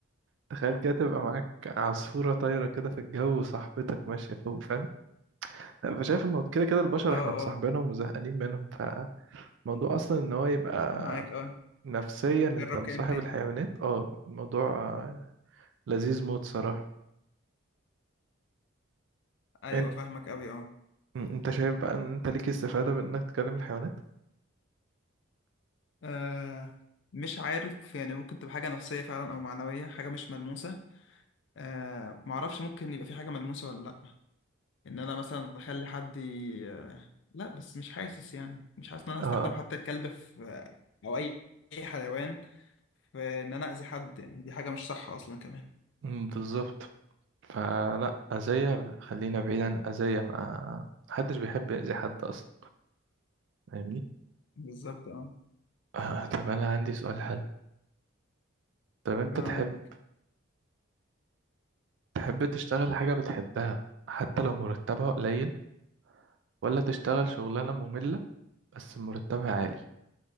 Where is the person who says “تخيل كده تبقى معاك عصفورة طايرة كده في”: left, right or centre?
Right